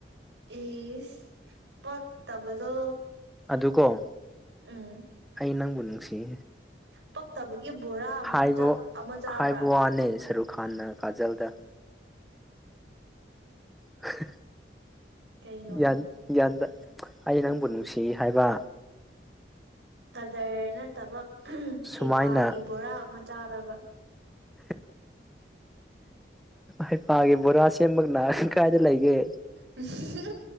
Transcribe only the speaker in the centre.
ꯑꯗꯨꯀꫭ꯫
ꯑꯩ ꯅꯪꯕꯨ ꯅꯁꯤꯌꯦ꯫
ꯍꯥꯏꯕ
ꯍꯥꯏꯕ ꯋꯥꯅꯦ ꯁꯔꯨꯛ ꯈꯥꯟꯅ ꯀꯥꯖꯜꯗ <unintelligible>
ꯌꯥꯟ ꯌꯥꯟꯗ ꯑꯩ ꯅꯪꯕꯨ ꯅꯨꯡꯁꯤ ꯍꯥꯏꯕ꯫
ꯁꯨꯃꯥꯏꯅ
<unintelligible> ꯍꯩꯄꯥꯒꯤ ꯕꯣꯔꯥ ꯁꯦꯝꯕ ꯀꯅꯥ ꯀꯥꯏꯗ ꯂꯩꯒꯦ꯫